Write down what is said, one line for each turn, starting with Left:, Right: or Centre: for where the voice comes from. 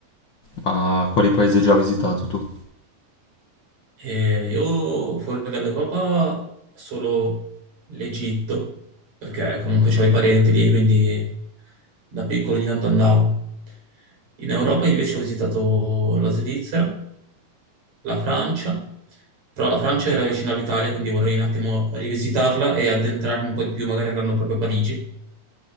Left: Ma quali paesi hai già visitato tu?
Right: E io fuori dall'Europa solo l'Egitto, perché comunque c'ho i parenti lì, quindi da piccolo ogni tanto andavo. In Europa invece ho visitato la Svizzera, la Francia, però la Francia era vicino all'Italia, quindi vorrei un attimo rivisitarla e addentrarmi un po' di più, magari andando proprio a Parigi,